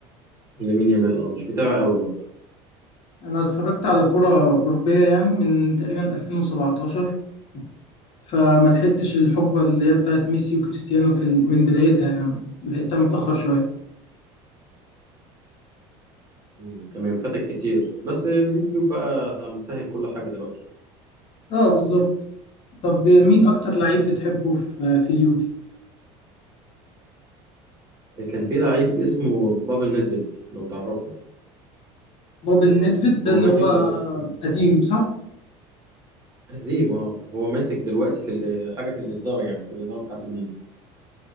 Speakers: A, on the right; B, on the left.
A: لامين يامال اه مش متابع قوي برضه
B: أنا اتفرجت على كرة أوروبية يعني من تقريبا 2017 فما لحقتش الحقبة اللي هي بتاعت ميسي وكريستيانو في ال... من بدايتها يعني لحقتها متأخر شوية.
A: مم، تمام فاتك كتير بس اليوتيوب بقى مسهل كل حاجه دلوقتي
B: اه بالظبط. طب مين أكتر لعيب بتحبه في في اليوفي؟
A: كان في لعيب اسمه بافل نيدفيد لو تعرفه
B: بوبل نيدفيد ده
A: هو
B: اللي
A: ماسك
B: هو
A: دلوقتي
B: قديم صح
A: قديم اه هو ماسك دلوقتي في ال- حاجه في الاداره يعني في الاداره بتاعه النادي